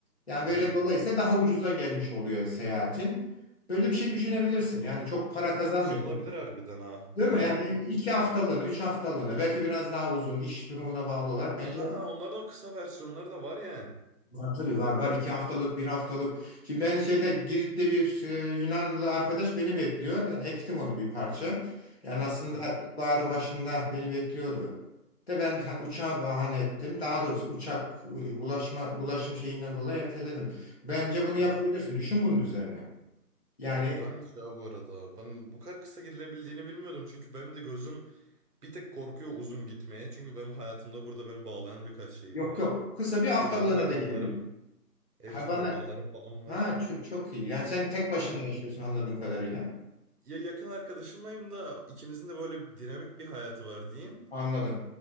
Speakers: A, on the left; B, on the right.
A: Yani böyle
B: Hı hı.
A: dolayısıyla daha ucuza gelmiş oluyor seyahatin. Böyle bir şey düşünebilirsin. Yani çok para
B: O
A: kazanmıyorsun.
B: tip bir şey olabilir harbiden ha.
A: Değil
B: Baya
A: mi? Yani iki haftalığına, üç haftalığına, belki biraz daha uzun iş durumuna bağlı olarak bence
B: Ha onların o kısa versiyonları da var yani.
A: Var tabii var var iki haftalık bir haftalık. Şimdi ben şeyde Girit'te bir e, Yunanlı arkadaş beni bekliyor. Ben ektim onu bir parça. Yani aslında
B: Hı hı.
A: ilkbaharın başında beni bekliyordu. De ben hani uçağa bahane ettim. Daha doğrusu uçak u- ulaşma ulaşım şeyinden dolayı erteledim. Bence bunu yapabilirsin.
B: Aha.
A: Düşün bunun üzerine. Yani
B: Ya güzelmiş ya bu arada. Ben bu kadar kısa gidilebildiğini bilmiyordum. Çünkü benim de gözüm bir tek korkuyor uzun gitmeye. Çünkü benim hayatımda burada beni bağlayan birkaç şeyim
A: yok
B: var.
A: yok. Kısa bir haftalığına
B: Evcil hayvanlarım,
A: da gidebilir.
B: evcil
A: Hayvanlar.
B: hayvanlarım falan var.
A: Ha çok, çok iyi. Yani sen tek başına
B: Aynen.
A: yaşıyorsun anladığım kadarıyla.
B: Ya yakın arkadaşımlayım da ikimizin de böyle bir dinamik bir hayatı var diyeyim.
A: Anladım.